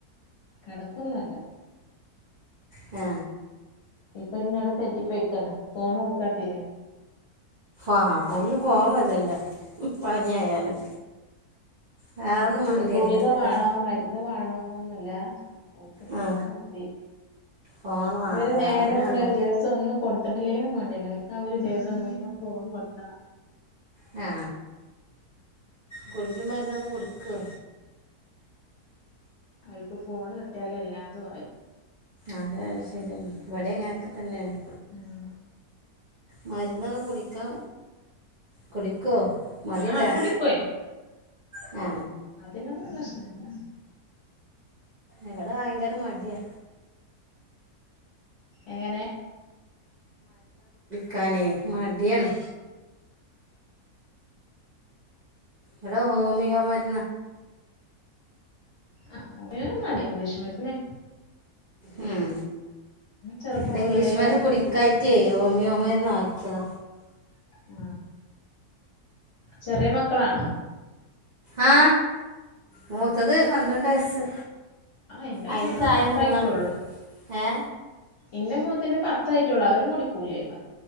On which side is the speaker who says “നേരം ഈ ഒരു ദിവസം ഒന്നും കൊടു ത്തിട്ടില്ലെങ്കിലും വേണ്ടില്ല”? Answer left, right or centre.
Left